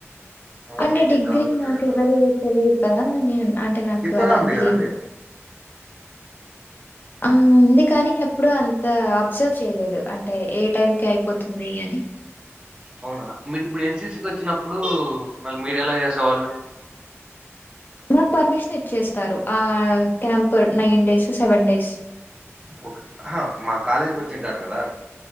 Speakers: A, on the right; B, on the left.
A: అలా
B: అంటే
A: మీకు
B: డిగ్రీ
A: ఇంతవరకు
B: నాకు
A: తెలియదండి.
B: ఎవరూ తెలీదు కదా నేను అంటే నాకు
A: కీర్తన
B: అలా
A: ఉంది
B: తెలీదు
A: గదండీ!
B: ఆ ఉంది కాని ఎప్పుడు అంత అబ్జర్వ్ చేయలేదు అంటే ఏ టైంకి అయిపోతుంది అని
A: అవునా మీరు ఇప్పుడు ఎన్సిసికి ఒచ్చినప్పుడు మళ్ళీ మీరు ఎలా చేసేవాళ్ళు
B: మాకు పర్మిషన్ ఇచ్చేస్తారు ఆ camp nine days seven days
A: ఒక అహా మా కాలేజీకి ఒచ్చింటారు కదా